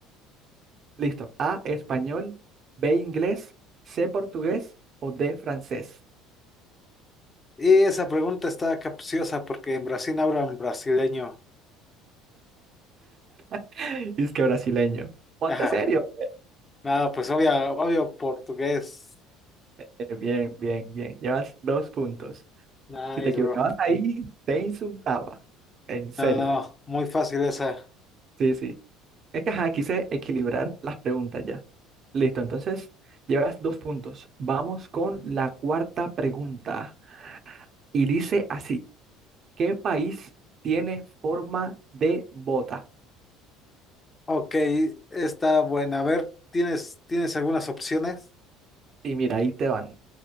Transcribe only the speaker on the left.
Y esa pregunta está capciosa porque en Brasil hablan brasileño.
Ajá.
No, pues obvio, obvio portugués.
Nice,
bro.
No, no, muy fácil esa.
Ok, está buena. A ver, ¿tienes, tienes algunas opciones?